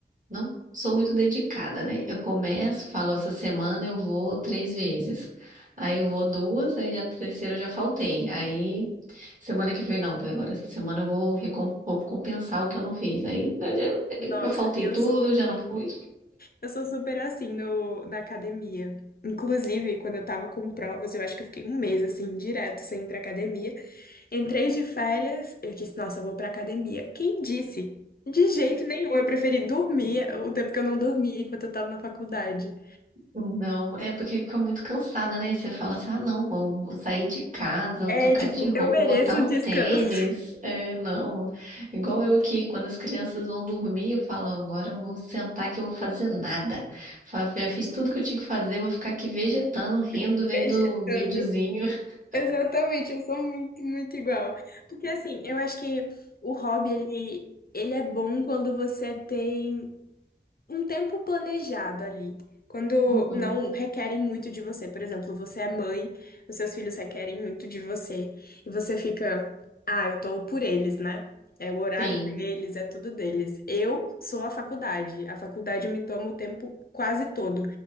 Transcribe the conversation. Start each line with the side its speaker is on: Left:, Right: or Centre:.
Right: não sou muito dedicada, né? Eu começo, falo, essa semana eu vou três vezes. Aí eu vou duas, aí a terceira eu já faltei. Aí semana que vem não, porque agora essa semana eu vou, recom- vou compensar o que eu não fiz. Aí eu já
Left: Nossa,
Right: eu faltei
Left: eu
Right: tudo,
Left: sou
Right: já não fui.
Left: Eu sou super assim no, na academia. Inclusive, quando eu tava com provas, eu acho que eu fiquei um mês assim, direto, sem ir pra academia. Entrei de férias, eu disse, nossa, eu vou pra academia. Quem disse? De jeito nenhum, eu preferi dormir o tempo que eu não dormia enquanto eu tava na faculdade.
Right: Não, é porque fica muito cansada, né? Você fala assim, ah, não, vou, vou sair de casa,
Left: É,
Right: vou trocar
Left: tipo,
Right: de roupa,
Left: eu mereço
Right: vou botar um
Left: um descanso.
Right: tênis. É, não. Igual eu que, quando as crianças vão dormir, eu falo, agora eu vou sentar que eu vou fazer nada. Fa- Já fiz tudo que eu tinha que fazer, eu vou ficar aqui vegetando, rindo,
Left: <laughs>
Right: vendo
Left: Vegetando.
Right: videozinho. <laughs>
Left: Exatamente, eu sou muito, muito igual. Porque assim, eu acho que o hobby, ele, ele é bom quando você tem um tempo planejado ali. Quando
Right: Uhum.
Left: não requerem muito de você. Por exemplo, você é mãe, os seus filhos requerem muito de você. E você fica, ah, eu tô por eles, né? É o horário
Right: Sim,
Left: deles, é tudo deles. Eu sou a faculdade. A faculdade me toma o tempo quase todo.